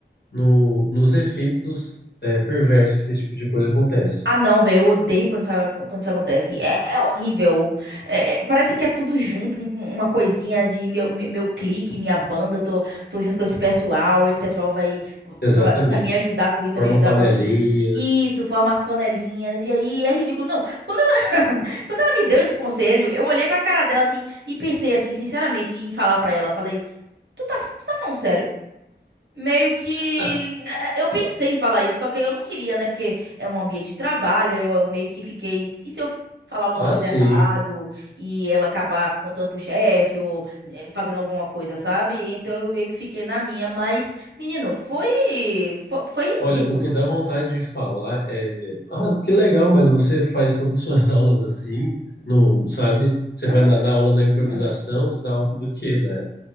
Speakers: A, on the left; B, on the right.
A: no, nos efeitos, eh, perversos que esse tipo de coisa acontece.
B: Ah, não, velho, eu odeio quando isso, quando isso acontece. É, é horrível. É- é- parece que é tudo junto, um- um, uma coisinha de meu, meu, meu clique, minha banda, tô, tô junto com esse pessoal, esse pessoal vai,
A: Exatamente.
B: vai, vai me ajudar com isso, vai
A: Forma
B: me ajudar
A: panelinha.
B: com aquilo. Isso, forma as panelinhas, e aí é ridículo. Não, quando ela, <laughs> quando ela me deu esse conselho, eu olhei pra cara dela assim e pensei assim, sinceramente, em falar pra ela, falei, tu tá, tu tá falando sério? Meio que
A: Ah,
B: é, é, eu pensei em falar isso, só que eu não queria, né? Porque é um ambiente de trabalho, aí eu meio que fiquei, e se eu falar alguma
A: ah,
B: coisa
A: sim.
B: errado e ela acabar contando pro chefe ou eh, fazendo alguma coisa, sabe? Então eu meio que fiquei na minha, mas menino, foi fo- foi,
A: Olha,
B: ridículo.
A: o que dá vontade de falar é, ah, que legal, mas você faz todas as suas <laughs> aulas assim, não, sabe? Você
B: Hum,
A: vai na, na aula na improvisação, você dá aula do quê, né?